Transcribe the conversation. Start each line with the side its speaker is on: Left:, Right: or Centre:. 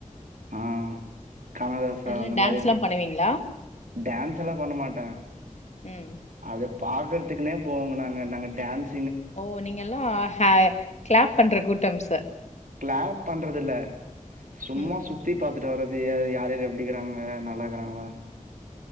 Right: ஆ <unintelligible>
Left: அதெல்லா
Right: அந்த
Left: டான்ஸ்லா
Right: மாரி
Left: பண்ணுவீங்களா
Right: டான்ஸ் எல்லாம பண்ண மாட்டே
Left: ம்
Right: அத பாக்குறதுக்குனே போவோங்க நாங்க நாங்க டான்ஸ்
Left: ஓ நீங்கல்லா ஹ க்ளாப் பண்ற கூட்டம்ஸ்சு
Right: க்ளாப் பண்றதில்ல சும்மா
Left: ம்
Right: சுத் எடுத்துட்டு வர்றது ய யார் யார் எப்டிக்கராங்க நல்லா இருக்கறாங்களா